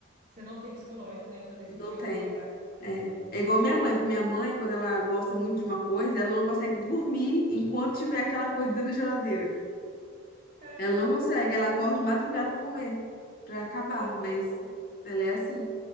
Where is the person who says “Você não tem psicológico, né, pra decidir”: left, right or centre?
Right